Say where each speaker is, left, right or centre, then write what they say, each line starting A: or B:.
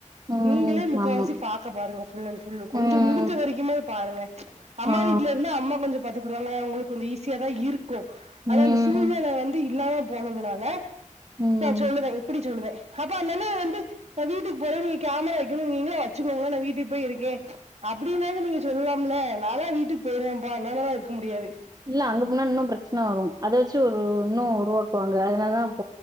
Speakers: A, on the right (about 30°); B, on the right (about 55°).
A: ம்
B: நீங்களே முக்காவாசி
A: ஆமா
B: பாக்க பாருங்க ஃபுல் அண்ட் ஃபுல்லு கொஞ்சோ
A: ம்
B: முடுஞ்ச வரைக்குமாது பாருங்க அம்மா
A: ஆ
B: வீட்ல இருந்தா அம்மா கொஞ்சோ பாத்துக்குடுவாங்க ஒங்களுக்கு கொஞ்சோ ஈஸியா தா இருக் கு
A: ம்
B: அதா அந்த சூழ்நில வந்து இல்லாம போனதுனால
A: ம்
B: நா சொல்லுதே அப்புடி சொல்லுதே அப்ப அந்தண்ணே வந்து நா வீட்டுக்கு போறே நீங்க கேமரா வைக்கணு நீங்களே வச்சுக்கோங்களே நா வீட்டுக்கு போய் இருக்கே அப்டின்னாவது நீங்க சொல்லலாமுல்ல நாலா வீட்டுக்கு போயிருவேன்ப்பா என்னாலலா இருக்க முடியாது
A: இல்ல அங்க போனா இன்னோ பிரச்சன வரு அத வச்சு ஒரு இன்னோ உருவாக்குவாங்க அதனால தா